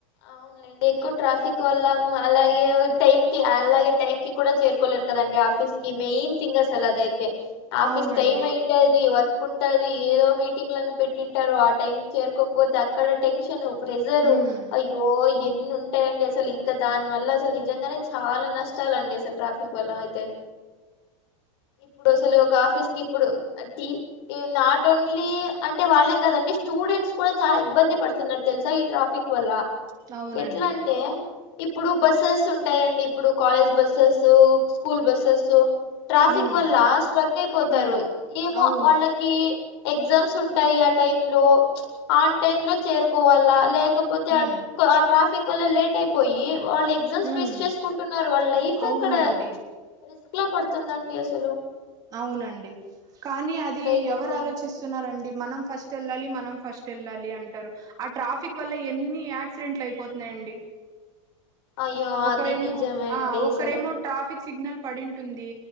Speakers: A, on the left; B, on the right.
A: అవునులేండి ఎక్కువ ట్రాఫిక్ వల్ల అలాగే టైం కి అలాగే టైమ్ కి కూడా చేరుకోలేరు కదండి ఆఫీస్ కి మెయిన్ థింగ్ అసలు అదైతే ఆఫీస్
B: అవునండి
A: టైమ్ అయింటది వర్ ఉంటది ఏదో మీటింగ్లను పెట్టింటారు ఆ టైం చేరుకోకపోతే అక్కడ టెన్షన్ ప్రెజరు
B: ఉమ్
A: అయ్యో ఈ ఎన్ని ఉంటాయి అండి అసలు ఇంకా దాని వల్ల అసలు నిజంగానే చాలా నష్టాలండి అసలు ట్రాఫిక్ వల్ల అయితే ఇప్పుడు అసలు ఒక ఆఫీస్ కి ఇప్పుడు యి యి నాట్ ఓన్లీ అంటే వాళ్ళే కాదండి స్టూడెంట్స్ కూడా చాలా ఇబ్బంది పడుతున్నారు తెలుసా ఈ ట్రాఫిక్ వల్ల
B: అవునండి
A: ఎట్లా అంటే ఇప్పుడు బస్సెస్ ఉంటాయండి ఇప్పుడు college buses school buses traffic
B: ఉమ్
A: వల్ల స్ట్రక్ అయిపోతారు
B: ఉమ్
A: ఏమో
B: అవును
A: వాళ్ళకి ఎగ్జామ్స్ ఉంటాయి ఆ టై లో ఆన్ టైమ్ లో చేరు కోవల్ల లేక్ కాక పోతే
B: ఉమ్
A: ఆ ట్రాఫిక్ ఒకలా లేట్ అయిపోయి. వాళ్ళు ఎగ్జామ్స్
B: ఉమ్
A: బేస్ చేసుకుంటున్నారు వాళ్ళ లైఫ్
B: అవునండి
A: ఎక్కడ రిస్క్. ఎట్లా పడుతుందాండి అసలు.
B: అవునండి కానీ అది
A: అట్లయితుంది
B: ఎవరు ఆలోచిస్తున్నారండి మనం ఫస్ట్ వెళ్ళాలి మనం. ఫస్ట్ వెళ్ళాలి అంటారు ఆ ట్రాఫిక్ వల్ల ఎన్ని యాక్సిడెంట్లు అయిపోతున్నాయండి.
A: అయ్యో
B: ఒకరేమో
A: అది నిజమే
B: ఆ
A: అండి
B: ఒకరేమో
A: అసలు
B: ట్రాఫ్. ఫిక్ సిగ్నల్ పడింటుంది